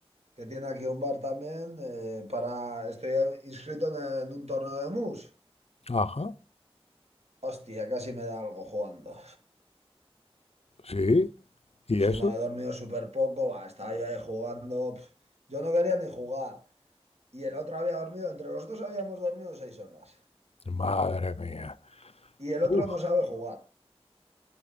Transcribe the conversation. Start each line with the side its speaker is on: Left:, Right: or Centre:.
Right: que tiene aquí un bar también, eh, para, estoy inscrito en, en un torneo de mus.
Left: Ajá,
Right: Hostia, casi me da algo jugando.
Left: sí. ¿Y eso?
Right: Si no, he dormido súper poco, va, estaba yo ahí jugando. pf, Yo no quería ni jugar. Y el otro había dormido, entre los dos habíamos dormido seis horas.
Left: Madre mía.
Right: Y el otro
Left: Uf,
Right: no sabe jugar.